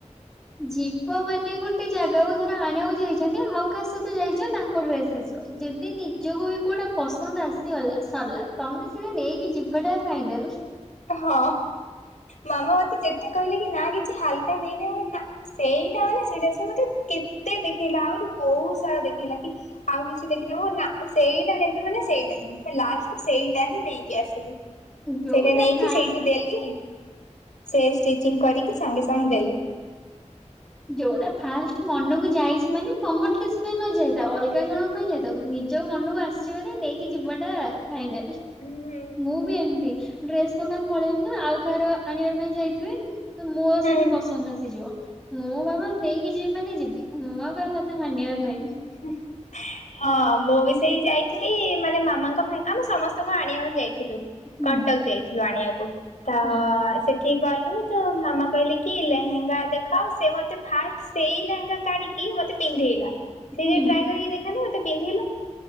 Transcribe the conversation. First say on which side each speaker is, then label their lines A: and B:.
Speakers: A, in the centre; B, on the left.
A: ଜୀପ ମାନେ ଗୋଟେ ଜାଗାକୁ ଧର ଆଣିବାକୁ ଯାଇଚନ୍ତି ଆଉ କାହା ସହିତ ଯାଇଚ ତାଙ୍କ ଡ୍ରେସ୍ <unintelligible> ଯଦି ନିଜକୁ ବି କେଉଟା ପସନ୍ଦ ଆସିଗଲା ସରଲା ତମେ ସେଇଟା ନେଇକି ଯିବାଟା <unintelligible>
B: ହଁ ମାମା ମତେ ଯେତେ କହିଲେ କି ନା କିଛି ହାଲକା ନେଇନେ ମୁଁ କହିଲି ନା। ସେଇଟା ମାନେ ସେଇଡ଼ା ସେ ମତେ କେତେ ଦେଖେଇଲା ଆହୁରି ବୋହୁତ ସାରା ଦେଖେଇଲା କି ଆଉ କିଛି ଦେଖିଦେବ ନା ମୁଁ ସେଇଟା ନେବି ମାନେ ସେଇଡ଼ା ନେବି ଲାଷ୍ଟକୁ ସେଇଟା ହିଁ ନେଇକି ଆସିଲି।
A: ଯୋଉଡ଼ା
B: ସେଇଟା ନେଇକି ସେଇଠି ଦେଲି ସେ ଷ୍ଟିଚିଙ୍ଗି କରିକି ସାଙ୍ଗେ ସାଙ୍ଗେ ଦେଲେ।
A: ଯୋଉଡ଼ା ଫାଷ୍ଟ ମନୁକୁ ଯାଇଛି ମାନେ ତମ ଡ୍ରେସ ପାଇଁ ନ ଯାଇଥା ଅଲଗା ଜଣ ପାଇଁ ଯାଇଥାଏ କିନ୍ତୁ ନିଜ ମନୁକୁ ଆସିିବ ନା ମାନେ ନେଇକି ଯିବାଟା ଫାଇନାଲ୍
B: ହୁଁ
A: ମୁଁ ବି ଏମିତି ଡ୍ରେସ୍ ଦୋ କାନ ପଳେଇବି ନା ଆଉ କାହାର ଆଣିବା ପାଇଁ ଯାଇଥିବି ମୋର
B: ହୁଁ।
A: ସେଠି ପସନ୍ଦ ଆସିଯିବ। ମୁଁ ବାବା ନେଇକି ଯିବି ମାନେ ଯିବି ମୁଁ ଆଉ କହା କଥା ମାନିବାର ନାହିଁ।
B: <unintelligible> ହଁ ମୁଁ ବି ସେଇ ଯାଇଥିଲି ମାନେ ମାମାଙ୍କ ପାଇଁ ଆମେ ସମସ୍ତଙ୍କୁ ଆଣିବା <unintelligible> ଯାଇ ଥିଲୁ
A: ହୁଁ
B: କଟକ ଯାଇଥିଲୁ ଆଣିବାକୁ ତ
A: ହଁ।
B: ସେ ଠିକି ଗଲୁ ତ ମାମା କହିଲେ କି ଲେହେଙ୍ଗା ଦେଖାଅ ସେ ମତେ ଫାଷ୍ଟ ସେଇ ଲେହେଙ୍ଗା କାଢ଼ି କି ମତେ ପିନ୍ଧେଇଲା ସେଇ
A: ହୁଁ।
B: ଯୋଉ ଟ୍ରାଏ କରିକି ଦେଖାନ୍ତି ମତେ ପନ୍ଧେଇଲା